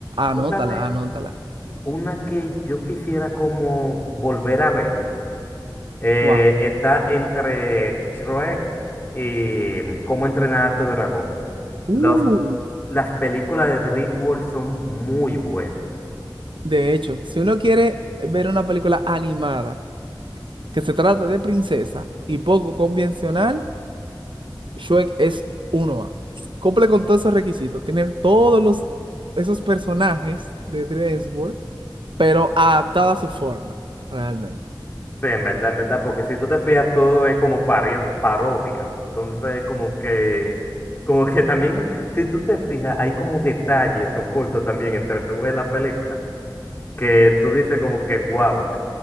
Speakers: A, on the right (about 80°); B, on the left (about 25°).
A: Anótala,
B: Tú sabes,
A: anótala.
B: una que yo quisiera como volver a ver, eh,
A: ¿Cuál?
B: está entre Shrek y Cómo entrenar a tu dragón.
A: Uh,
B: Los, las películas de DreamWorks son muy buenas.
A: de hecho, si uno quiere ver una película animada que se trate de princesa y poco convencional, Shrek es uno a Cumple con todos esos requisitos. Tiene todos los, esos personajes de DreamWorks, pero adaptada a su forma, realmente.
B: Sí, en verdad, en verdad, porque si tú te fijas, todo es como pario- parodia. Entonces, como que, como que también, si tú te fijas, hay como detalles ocultos también entre tú ves la película, que tú dices como que, wow,